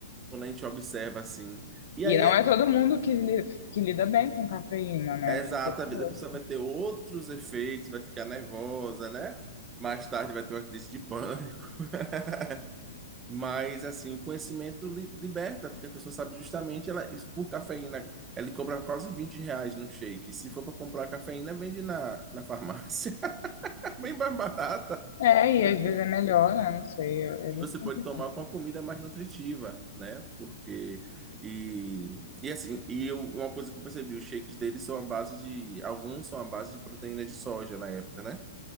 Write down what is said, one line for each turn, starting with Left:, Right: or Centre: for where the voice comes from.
Right: Quando a gente observa assim. E
Left: E
Right: aí,
Left: não
Right: é
Left: é todo mundo que, li- que lida bem com cafeína, né?
Right: é
Left: Tipo,
Right: exato, às
Left: poxa.
Right: vezes a pessoa vai ter outros efeitos, vai ficar nervosa, né? Mais tarde vai ter uma crise de pânico. <laughs> Mas, assim, o conhecimento li- liberta, porque a pessoa sabe justamente, ela, isso por cafeína, ela cobra quase 20 reais no shake. Se for para comprar cafeína, vende na, na farmácia, <laughs> bem mais barata.
Left: É, e
Right: né?
Left: às vezes é melhor, né? Não sei, é,
Right: E
Left: é muito
Right: você
Left: complicado.
Right: pode tomar com a comida mais nutritiva, né? Porque. E, e assim, e eu, uma coisa que eu percebi, os shakes deles são a base de. Alguns são a base de proteína de soja na época, né?